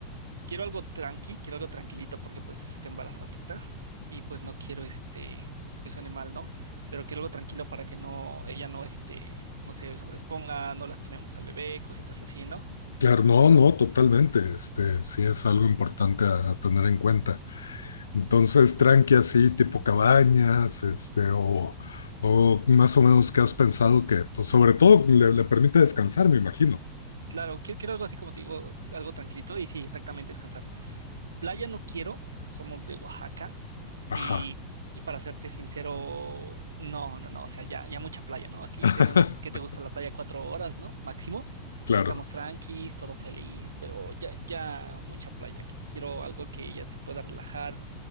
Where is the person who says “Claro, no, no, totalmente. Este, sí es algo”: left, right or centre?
Left